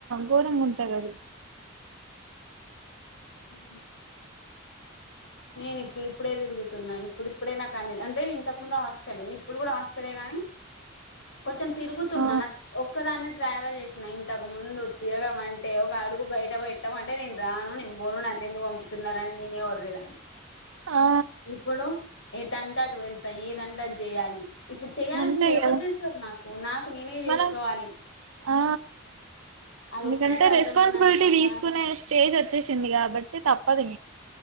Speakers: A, on the right; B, on the left.
A: ఘోరంగా ఉంటాది అసలు
B: ఉ నేను ఇప్పుడిప్పుడే తిరుగుతున్నా ఇప్పుడిప్పుడే నాకు అన్ని అంటే ఇంతకు ముందు హాస్టల్ ఇప్పుడు కూడా హాస్టలే గాని కొంచెం తిరుగుతున్నా
A: ఆ
B: నాకు ఒక్కదానే ట్రావెల్ చేసిన ఇంతకుముందు తిరగమంటే ఒక అడుగు బయటపెట్టి మా న <unintelligible> రాను నేను బోను నన్నందు పంపుతున్నారని నేనే వర్ర్రిదని <unintelligible>
A: ఆ
B: ఇప్పుడు ఏటా ఇట్టటు వెళ్తా ఏదంటా అది చేయాలి ఇప్పుడు చేయాల్సింది
A: అంతే
B: ఎవరు
A: కదా
B: చేస్తారు నాకు నాకు నేనే చేసుకోవాలి
A: మనం ఆ
B: అదొక్కటే
A: ఎందుకంటే
B: అర్థమైనాక
A: రెస్పాన్సిబిలిటీ
B: చాలా
A: తీసుకునే స్టేజ్ వచ్చేసింది కాబట్టి తప్పదు